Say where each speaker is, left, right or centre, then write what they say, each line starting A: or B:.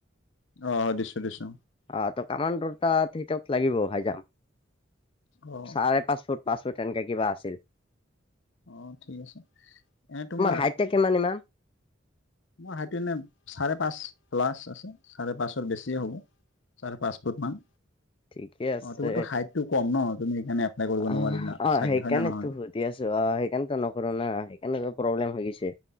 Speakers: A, on the left; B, on the left.
A: অ দিছো দিছো।
B: অ ত কামানদৰ তাত সেইটোত লাগিব হাই জাম্পা
A: অ
B: চাৰে পাঁচ ফুট। পাছ ফুট তেনেকা কিবা আছিল।
A: অ ঠিক আছে এনে তোমাৰ
B: হাইটটা কিমান ইমান
A: মোৰ হাইটো এনে চাৰে পাঁচ প্লাছ আছে চাৰে পাঁচৰ বেছিয়ে হ'ব। চাৰে পাঁচ ফুট মান।
B: ঠিকে আছে
A: অ তোমাৰো হাইটো কম ন? তুমি সেইকাৰণে এপ্লাই কৰিব নোৱাৰিলা
B: অ অ
A: চাগে
B: সেইকাৰণেতো
A: হয় নে নহয়?
B: সুধি আছো অ সেইকাৰণেতো নকৰো না সেইকাৰণে প্ৰব্লেম লিছে।